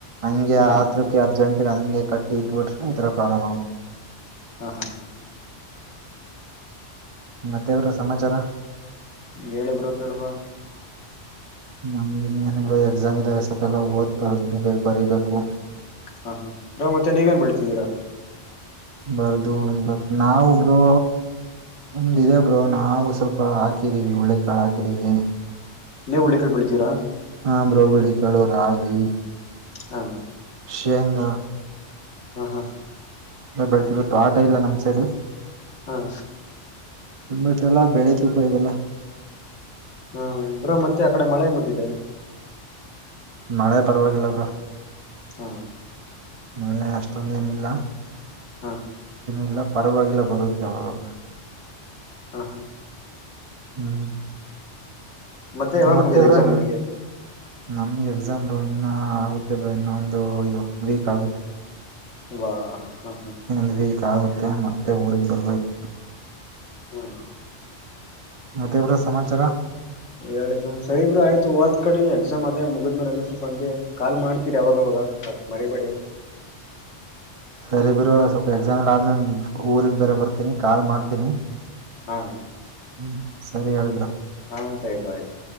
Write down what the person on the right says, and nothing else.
ಹಂಗೆ
ಆಸ್ತ್ರಕ್ಕೆ ಅರ್ಜೆಂಟ್ ಹಂಗೆ ಕಟ್ಟಿ ಇಟ್ಬಿಟ್ರೆ ಈ ತರ ಪ್ರಾಬ್ಲಮ್ ಆಗುತ್ತೆ
ಮತ್ತೆವರ ಸಮಾಚಾರ
ನಮಿನ ಏನಾದ್ರು ಎಕ್ಸಾಮ್ ಇದಾವೆ ಸ್ವಲ್ಪ ಎಲ್ಲ ಓದ್ ಬರ್ ಬರೀಬೇಕು
ಬರ್ದು ಬರ್ ನಾವು ಬ್ರು ನಮ್ದಿದಬ್ರು ನಾವು ಸ್ವಲ್ಪ ಹಾಕಿದೀವಿ ಉಳ್ಳಿ ಕಾಳು ಹಾಕಿದೀವಿ
ನಂಬ್ರ ಹುಳಿ ಕಳ ರಾಗಿ
ಶೇಂಗ
ಎಲ್ಲ ಬೆಡ್ತಿರುತ್ತತ್ತು ತೋಟ ಇಲ್ಲ ನಮ್ ಸೈಡ್
ನಿಮ್ಮ್ಬಿಟ್ಟ ಎಲ್ಲ ಬೆಳೆತಿಗ ಇದೆಲ್ಲ
ಮಳೆ ಪರವಾಗಿಲ್ಲಬ್ರ
ಮಳೆ ಅಷ್ಟೊಂದೇಏನಿಲ್ಲೇನ
ಇಲ್ಲ ಪರವಾಗಿಲ್ಲ ಬರುತ್ತೆ ಅವ ನಾ
ಹ್ಮ್
ಮತ್ತೆಬ್ರ
ನಿಮ
ನಮ್ಗೆ ಎಕ್ಸಾಮ ರ ಇನ್ನ ಆಗುತ್ತೆ ಬ ಇನ್ನ ಒಂದು ವೀಕ್ ಆಗುತ್ತೆ
ಒಂದು್ ವೀಕ್ ಆಗುತ್ತೆ ಮತ್ತೆ ಊಗ್ ಬರ್ಬೇಕು
ಮತ್ತೆ ಬ್ರೋ ಸಮಾಚಾರ
ಸರಿ ಬರು ಸ್ವಲ್ಪ ಎಕ್ಸಾಮಲ್ ಆದ್ಮೇಲೆ ಊರಿಗ್ ಬೇರೆ ಬರ್ತೀನಿ ಕಾಲ್ ಮಾಡ್ತೀನಿ
ಹ್ಮ್ ಸರಿ ಹೇಳಬ್ರಾ